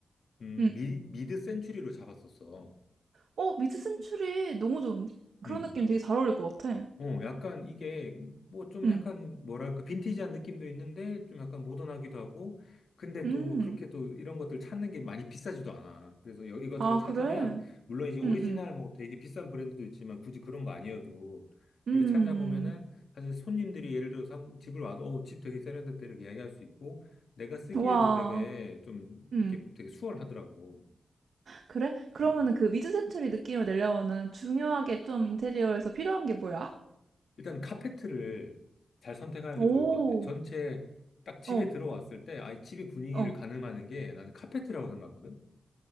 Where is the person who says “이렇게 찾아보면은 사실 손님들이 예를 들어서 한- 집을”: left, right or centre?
Left